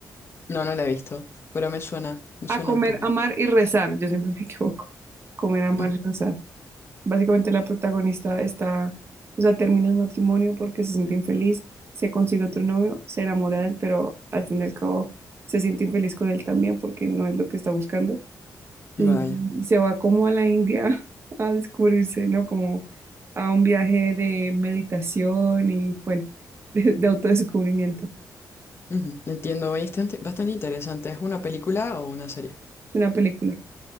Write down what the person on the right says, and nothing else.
A
comer,
amar y rezar, yo siempre <laughs> me equivoco. Comer, amar
y rezar. Básicamente la protagonista está, o sea, termina el matrimonio porque se siente infeliz, se consigue otro novio, se enamora de él, pero al fin y al cabo se siente infeliz con él también porque no es lo que está buscando. Y
se va como a la India <laughs> a descubrirse, ¿no? Como a un viaje de meditación y, bueno, <laughs> de, de autodescubrimiento.
Es una película.